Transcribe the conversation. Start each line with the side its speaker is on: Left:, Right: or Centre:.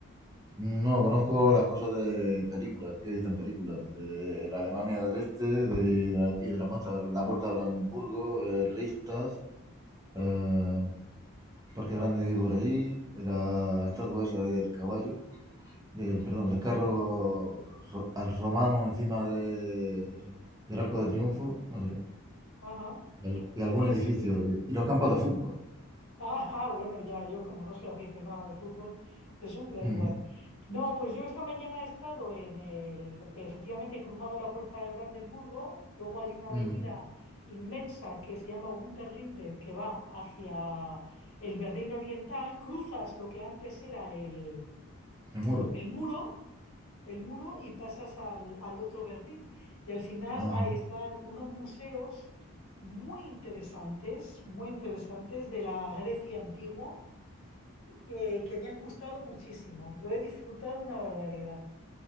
Right: No, conozco las cosas de películas, que he visto en películas, de la Alemania del Este de la- y de la puerta, la puerta de Brandenburgo, el Reichstag,
Left: Sí.
Right: eh, Parque Grande que hay por allí, la estatua esa del caballo. del, perdón, del carro ro- al romano encima de- del Arco de Triunfo, no sé,
Left: Ajá,
Right: y, al- y algún
Left: sí,
Right: edificio,
Left: sí.
Right: y, y los campos de fútbol,
Left: Ajá, bueno, ya, yo como no soy aficionado al fútbol, eso me da
Right: Ujú,
Left: igual. No, pues yo esta mañana he estado en el, efectivamente he cruzado la puerta de Brandenburgo, luego hay una avenida
Right: ujú,
Left: inmensa que se llama Unterlinde, que va hacia el Berlín Oriental, cruzas lo que antes era el,
Right: el muro,
Left: el muro, el muro y pasas al, al otro Berlín. Y al final
Right: ajá,
Left: ahí están unos museos muy interesantes, muy interesantes de la Grecia antigua, que, que me han gustado muchísimo. Lo he disfrutado una barbaridad.